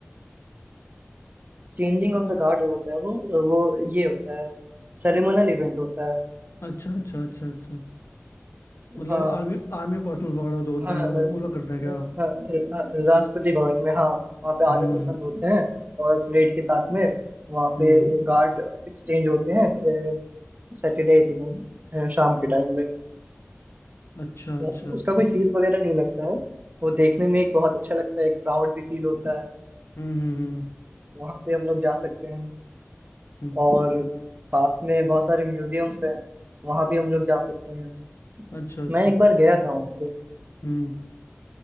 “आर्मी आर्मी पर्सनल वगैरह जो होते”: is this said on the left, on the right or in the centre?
Left